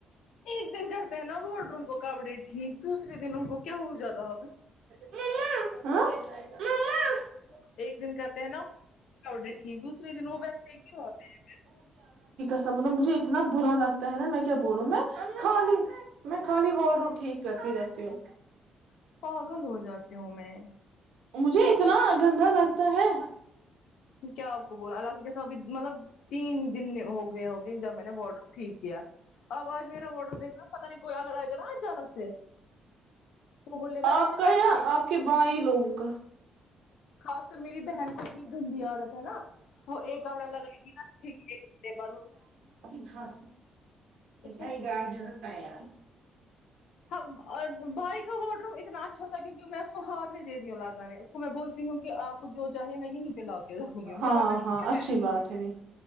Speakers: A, on the left (about 75°); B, on the right (about 80°).
A: ایک دن کرتے ہیں نا بڈروں کو کپڑی ٹھیک دوسرے دن ان کو کیا ہو جاتا
B: م م
A: ایک دن کہتے ہیں نا ٹھیک دوسرے دن وہ ویسے کیوں ہوتے ہیں
B: سا مطلب مجھے اتنا برا لگتا ہے نا میں کیا بولوں میں خالی میں خالی وارڈ روم ٹھیک کرتی رہتی ہ
A: ہیں، پاگل ہو جاتی ہوں میں
B: مجھے اتنا گندا لگتا ہے
A: کیا آپ کو بولا القہ کےسا ابھی مطلب تین ہی دن ہو گئے ہو گئے جب میں نے بارڈر ٹھیک کیا اب آج میرا واڈر دیکھنا پتا نہیں کوئی اگر آئے گا نا اچانک سے وہ بولے گا انہوں
B: آپ کا
A: نے
B: یا آپ کے بائی لوگوں کا
A: خاص کر میری بہن کو اتنی
B: ب
A: گندی عادت ہے نا وہ ایک کپڑا لگائے گی نا ٹھیک ایک گھنٹے بعد
B: تس
A: اس کو
B: ت گاجی تیار
A: ہم اور بائی کا واڈ روم اتنا اچھا تھا کیوںکہ میں اس کو ہاتھ نہیں د دیتی ہوں لگانے اس کو میں بول کیونکہ آپ کو جو چاہیے میں یہیں پہ لا کے رکھوں گی مجھے
B: ہاں
A: پتا ہے
B: ہاں
A: کیاے
B: اچھی
A: گا
B: بات ہے نہیں